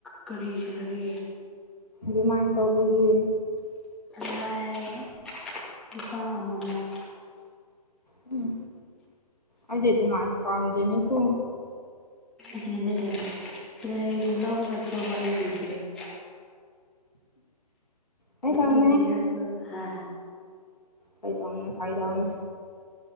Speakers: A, in the centre; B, on the left (about 85°).
A: ꯀꯔꯤ ꯁꯦꯂꯔꯤ
B: ꯔꯤꯃꯥꯏꯟ ꯇꯧꯕꯒꯤ
A: ꯀꯗꯥꯏ ꯂꯨꯄꯥ ꯑꯃꯃꯝ
B: ꯍꯨꯝ ꯑꯩꯗꯤ ꯑꯗꯨꯃꯥꯏ ꯄꯥꯝꯗꯦꯅꯦ ꯀꯣ
A: <unintelligible> ꯁꯦꯂꯔꯤ ꯕꯨ <unintelligible>
B: ꯐꯥꯒꯤ
A: <unintelligible>
B: ꯇꯧꯕꯅꯦ
A: ꯍꯥ
B: ꯐꯥꯒꯤꯇꯧꯅꯦ ꯐꯥꯒꯤꯇꯧꯕꯅꯦ